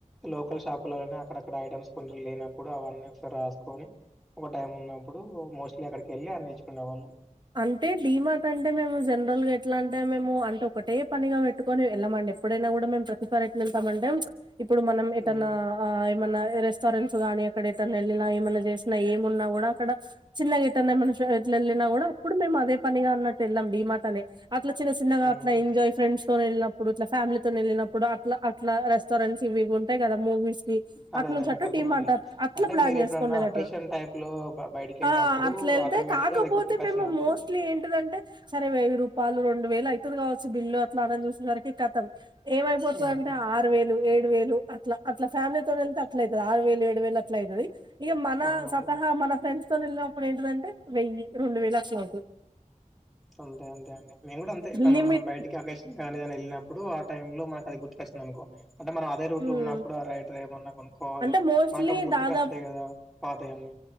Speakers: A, in the centre; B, on the right.
A: లోకల్ షాపులనే అక్కడక్కడ ఐటమ్స్ కొంచం లేనప్పుడు అవన్నీ ఒకసారి రాసుకొని ఒక టైం ఉన్నప్పుడు మోస్ట్లీ అక్కడికెళ్ళి అన్ని తెచ్చుకునే వాళ్ళం
B: అంటే డీమార్ట్ అంటే మేము జెన్ నార్మల్గ ఎట్లా అంటే మేము అంటే ఒకటే పనిగా పెట్టుకొని ఎళ్ళామండి ఎప్పుడైనా కూడా మేము ప్రతిసారి ఎట్లెతమంటే ఇప్పుడు మనం ఏటన్నా
A: హ్మ్.
B: ఆ ఏమన్నా రెస్టారెంట్స్ గానీ అక్కడ ఎటన్నెళ్ళినా ఏమైన్నా చేసినా ఏం ఉన్నా కూడా అక్కడ చిన్నగా ఎటన్న ఏమన్న ఫె జ్ ఎళ్ళిన కూడా అప్పుడు మేము అదే పనిగా అన్నట్టు వెళ్ళాం డిమాటనే అట్ల చిన్న చిన్నగా
A: హ్మ్.
B: అట్లా ఎంజాయ్ ఫ్రెండ్స్ తోనెళ్ళినప్పుడు ఇట్లా ఫ్యామిలీతోనెళ్ళినప్పుడు అట్ల అట్ల రెస్టారెంట్స్ ఇవి ఇవి ఉంటాయి కదా మూవీస్ కి
A: అదే
B: అట్నుంచట్టు
A: అదే నాకు అర్థమైంది.
B: డిమాట్ అట్ల అట్లా
A: అంటే
B: ప్లాన్
A: మీరు
B: చేసుకొని
A: ఎప్పుడన్నా
B: ఎల్లేటోళ్ళం
A: అకేషన్ టైప్ లో బ బయటికెళ్ళినప్పుడు
B: ఆ అట్లెల్తె
A: ఆటోమేటిక్‌గా
B: కాకపోతే
A: అది గుర్తుకొచ్చినప్పుడు
B: మేము మోస్ట్లీ ఏంటిదంటే సరే వెయ్యిరుపాలు రెండు వేలు అయితదిగావచ్చు బిల్లు అట్లా అనని చూసె సరికి కి కతం ఏమైపోతుందంటే
A: హ్మ్.
B: ఆరు వేలు ఏడు వేలు అట్లా అట్లా ఫ్యామిలీతోనెల్తే అట్లయితది ఆరు వేలు ఏడు వేలు అట్ల అయితది ఇగ మన
A: అవునవును.
B: స్వంతంగా మన ఫ్రెండ్స్ తోని ఎళినప్పుడు ఏంటంటే వెయ్యి రొండు వేళట్లవుతది
A: అంతే అంతే అండి మేము కూడా అంతే ఇప్పుడు
B: లిమిట్
A: మనం బయటికి అకేషన్ లేదని మీరు వెళ్ళినప్పుడు ఆ టైమ్ లో మాకు అది గుర్తుకొచ్చిందనుకో అంటే మనం అదే రూట్
B: హ్మ్
A: లో ఉన్నప్పుడు ఆ రైట్ ర ఏవన్నా కొనుక్కవాలి
B: అంటే మోస్ట్లీ
A: మనకప్పుడు గుర్తుకొస్తాయి
B: దాదాపు
A: కదా పాతయాన్ని